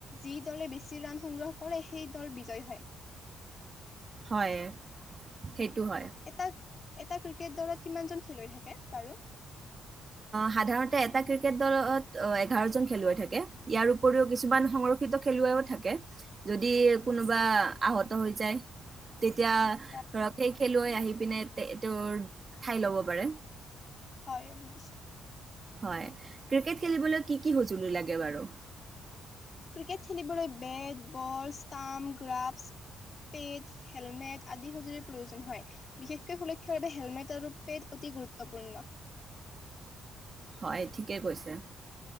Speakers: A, on the left; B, on the right.
A: যি দলে বেছি ৰাণ সংগ্ৰহ কৰে সেই দল বিজয়ী হয়।
B: হয়। সেইটো হয়।
A: এটা এটা ক্ৰিকেট দলৰত কিমান জন খেলুৱৈ থাকে বাৰু।
B: সাধাৰণতে এটা ক্ৰিকেট দলত এঘাৰজন খেলুৱৈ থাকে ইয়াৰ উপৰিও কিছুমান সংৰক্ষিত খেলুৱৈও থাকে যদি কোনোবা আহত হৈ যায়। তেতিয়া
A: হয়
B: ধৰক সেই খেলুৱৈ আহি। পিনে এইটো ঠাই ল'ব পাৰে।
A: হয় বুজিছো।
B: হয় ক্ৰিকেট খেলিবলৈ কি কি সঁজুলি লাগে বাৰু।
A: ক্ৰিকেট খেলিবলৈ bat ball stump gloves pad helmet আদি সঁজুলিৰ প্ৰয়োজন হয় বিশেষকৈ সুৰক্ষাৰ বাবে হেলমেট আৰু পেড অতি গুৰুত্বপূৰ্ণ।
B: হয় ঠিকেই কৈছে।